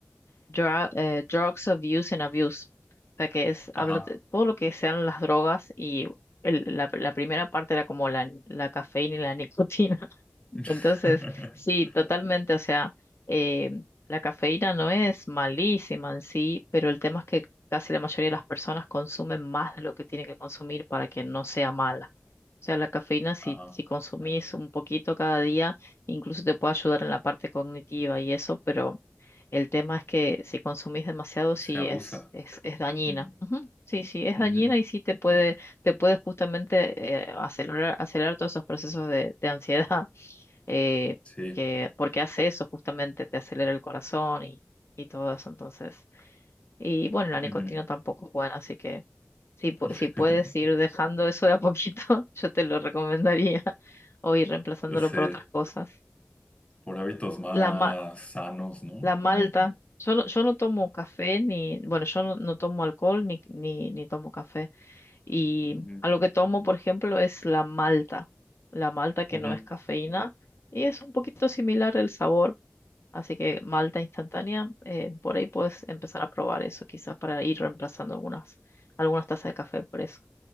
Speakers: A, on the left; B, on the left.
A: Dra- eh, Drugs Abuse and Abuse, o sea, que es, habla
B: Ajá.
A: de todo lo que sean las drogas y el- la, la primera parte era como la, la cafeína y la <laughs> nicotina.
B: <laughs>
A: Entonces, sí, totalmente, o sea, eh, la cafeína no es malísima en sí, pero el tema es que casi la mayoría de las personas consumen más de lo que tienen que consumir para que no sea mala. O sea, la cafeína, si,
B: Ajá.
A: si consumís un poquito cada día, incluso te puede ayudar en la parte cognitiva y eso, pero el tema es que si consumís demasiado, sí
B: Se abusa.
A: es, es, es dañina.
B: Mm.
A: Ujú, Sí, sí, es
B: Ujú.
A: dañina y sí te puede, te puede justamente eh, acelerar, acelerar todos esos procesos de de ansiedad eh,
B: Sí.
A: que, porque hace eso justamente, te acelera el corazón y, y todo eso, entonces, y bueno, la nicotina
B: Ujú.
A: tampoco es buena, así que si, pu-
B: <laughs>
A: si puedes ir dejando eso de a poquito, <laughs> yo te lo recomendaría, <laughs> o ir reemplazándolo
B: Sí.
A: por otras cosas.
B: Por hábitos más
A: La, ma-
B: sanos, ¿no?
A: la malta, yo no, yo no tomo café, ni, bueno, yo no, no tomo alcohol, ni, ni, ni tomo café, y
B: Ujú.
A: algo que tomo, por ejemplo, es la malta, la malta que
B: Ujú.
A: no es cafeína, y es un poquito similar el sabor Así que malta instantánea, eh, por ahí puedes empezar a probar eso, quizás para ir reemplazando algunas, algunas tazas de café por eso.